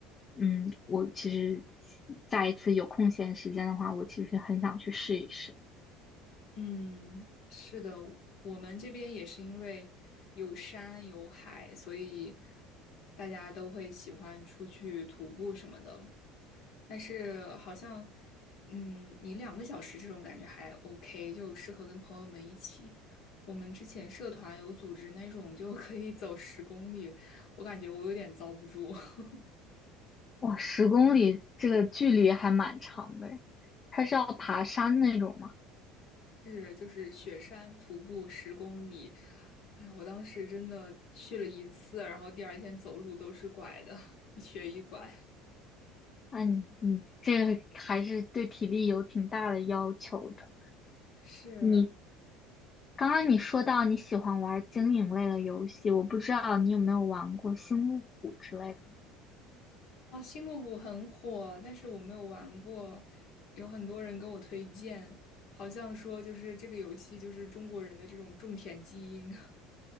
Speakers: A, on the left; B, on the left.
A: 嗯，我其实下一次有空闲时间的话，我其实很想去试一试。
B: 嗯，是的，我们这边也是因为有山有海，所以大家都会喜欢出去徒步什么的。但是好像，嗯，你两个小时这种感觉还 OK，就适合跟朋友们一起。我们之前社团有组织那种就可以走十公里，我感觉我有点遭不住。<laughs>
A: 哇，十公里这个距离还蛮长的诶，它是要爬山那种吗？
B: 是，就是雪山徒步十公里，哎呀，我当时真的去了一次，然后第二天走路都是拐的，<laughs> 一瘸一拐。
A: 那你你这个还是对体力有挺大的要求的。
B: 是，
A: 你刚刚你说到你喜欢玩经营类的游戏，我不知道你有没有玩过《星露谷》之类的。
B: 啊，星露谷很火，但是我没有玩过，有很多人跟我推荐，好像说就是这个游戏就是中国人的这种种田基因。